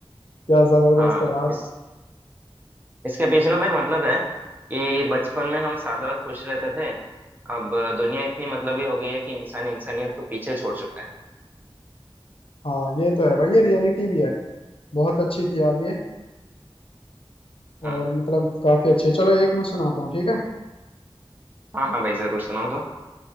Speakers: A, on the left; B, on the right.
A: क्या जबरदस्त
B: हाँ
A: है यार
B: इस इसके पीछे ना भाई मतलब है कि बचपन में हम सादा और खुश रहते थे अब दुनिया इतनी मतलबी हो गई है कि इंसान इंसानियत को पीछे छोड़ चुका है
A: हाँ ये तो है भाई ये रियलिटी भी है बहुत अच्छी थी यार ये
B: हाँ
A: और मतलब काफी अच्छी है चलो एक मैं सुनाता हूँ ठीक है
B: हाँ हाँ भाई जरूर सुनाओ तो